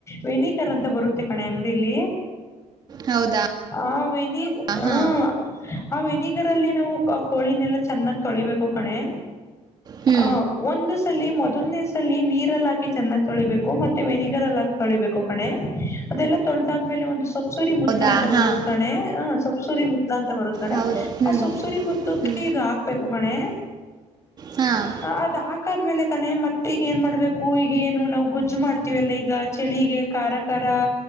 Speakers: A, on the left (about 25°); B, on the right (about 35°).
A: ವೆನಿಗರ್ ಅಂತ ಬರುತ್ತೆ ಕಣೆ ಅಂಗಡಿ ಇಲ್ಲಿ
B: ಹೌದಾ
A: ಆ ವನಿಗ ಹ್ಮ
B: ಹಾಂ
A: ಆ ವೆಿನಿಗರ್ ಅಲ್ಲಿ ನಾವು ಕೋಳಿನೆಲ್ಲ ಚೆನ್ನಾಗ್ ತೊಳಿಬೇಕು ಕಣೆ
B: ಹ್ಞೂ
A: ಆ ಒಂದು ಸಲಿ ಮೊದಲನೇ ಲ್ಲಿ ನೀರಲ್ಲಿ ಹಾಕಿ ಚೆನ್ನಾಗ್ ತೊಳಿಬೇಕು ಮತ್ತೆ ವೆನಿಗರ್ ಅಲ್ಲಿ ಹಾಕಿ ತೊಳಿಬೇಕು ಕಣೆ ಅದೆಲ್ಲ ತೊಳೆದಾದ್ಮೇಲೆ ಒಂದು ಸೊಪ್ಸುರಿ
B: ಹೌದಾ
A: ಮುತ್ಲಾ ಅಂತ
B: ಹಾಂ
A: ಬರುತ್ತತ್ ಕಣೆ ಹ ಸಬ್ಸೂರಿ ಮುತ್ಲಾ ಅಂತ ಬರುತ್ತತ್ ಕಣೆ
B: ಹೌದು ಹ್ಞೂ
A: ಆ ಸೊಬ್ಸುರಿ ಮದಲುಕ್ಕೆ
B: ಹ್ಞೂ
A: ಇದು ಹಾಕ್ಬೇಕು ಕಣೆ
B: ಹಾಂ
A: ಅದ ಹಾಕ್ ದ್ಮೇಲೆ ಕಣೆತ್ತೆ <unintelligible> ಮತ್ತ ಈಗ ಏನ್ ಮಾಡ್ಬೇಕು ಈಗ ಏನು ನಾವು ಗೊಜ್ಜು ಮಾಡ್ತೀವಿ ಎಲ್ಲ ಈಗ ಚಳಿಗೆ ಖಾರ ಕಾರ